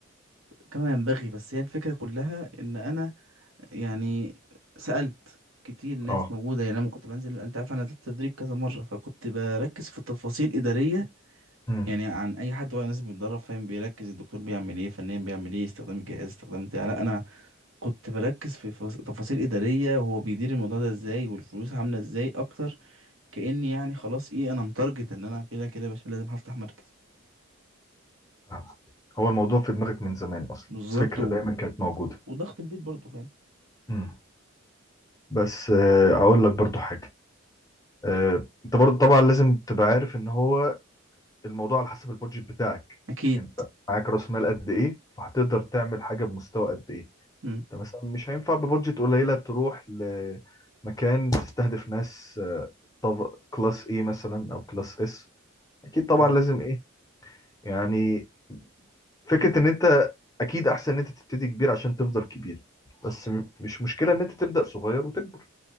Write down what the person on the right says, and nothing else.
كما ينبغي بس هي الفكرة كلها ان انا يعني سألت كتير ناس
موجودة يعني لما كنت بنزل انت عارف انا نزلت تدريب كذا مرة فكنت بركز في تفاصيل إدارية
يعني عن اي حد وهو ناس بيتدرب فاهم بيركز الدكتور بيعمل ايه فنيا بيعمل ايه استخدام الجهاز استخدام بتاع لا انا كنت بركز في فص- تفاصيل إدارية وهو بيدير الموضوع ده ازاي والفلوس عاملة ازاي اكتر كأني يعني خلاص ايه انا متارجت ان انا كده كده يا باشا لازم هفتح مركز
بالظبط
و...
وضغط البيت برضه فاهم
اكيد
مم.
اه